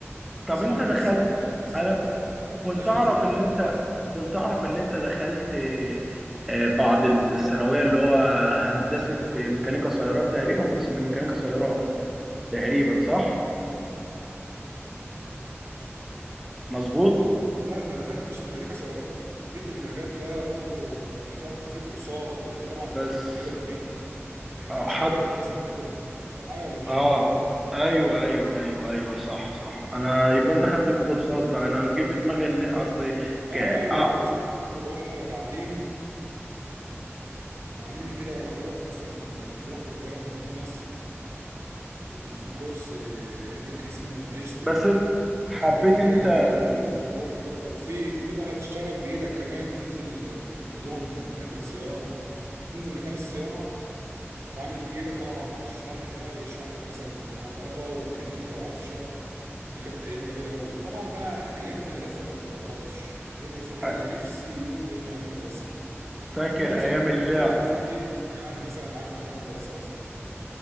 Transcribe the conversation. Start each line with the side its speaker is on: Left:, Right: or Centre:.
Right: بتسمع
Centre: طب انت
Right: القصه
Centre: دخلت
Right: تلاقي القصه
Centre: انا
Right: ايه
Centre: كنت
Right: دخلت
Centre: اعرف
Right: في دماغك
Centre: اللي
Right: لوحدها
Centre: انت كنت اعرف اللي انت دخلت آه، بعد الثانويه اللي هو هندسه ميكانيكا سيارات تقريبا قسم ميكانيكا سيارات تقريبا صح مظبوط
Right: لا ما دخلتش ميكانيكا سيارات انا حبيت المجال ده برضو فاخدت فيه كورسات لان طبعا
Centre: بس
Right: انا كنت ادبي ما ينفعش
Centre: آه، حد
Right: ادخل هندسه من ادبي انت معايا ولا مش
Centre: اه
Right: معايا
Centre: ايوه ايوه ايوه ايوه صح صح انا يبقى انت خدت في كورسات بقى انا جه في دماغي اللي اصل
Right: انا
Centre: ك...
Right: بقى الكورسات
Centre: آه.
Right: دي كنت بروحها تعليمي تعليمي كده اروح مثلا كنا كنت بروح في القاهره في مدينه نصر كان في الكورس هناك اسمه انيجتك
Centre: بس حبيت
Right: كان حاجة
Centre: انت
Right: جميلة قوي تروح كده وفي في بقى تشتغل بإيدك كمان تنزل عندهم أماكن صيانة تنزل مكان الصيانة تتعامل بإيدك طبعا مع الشرح بقى يشرح لك مثلا كهرباء وميكانيكا وعفشة دي كانت أيام جميلة قوي وطبعا بقى أيام المدرسة اللي ما بتتعوضش أيام المدرسة دي
Centre: آه،
Right: أنا نفسي يوم يرجع من المدرسة
Centre: فاكر
Right: أنت مثلا
Centre: ايام
Right: كنت
Centre: اللعب
Right: بتحب تاخد إيه يعني مثلا معاك وأنت رايح المدرسة مثلا